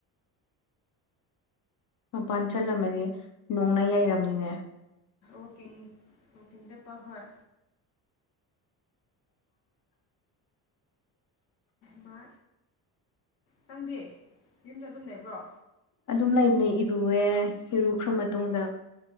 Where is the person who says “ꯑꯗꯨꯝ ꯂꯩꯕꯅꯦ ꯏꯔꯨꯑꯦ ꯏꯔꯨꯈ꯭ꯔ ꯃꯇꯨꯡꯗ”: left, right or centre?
Left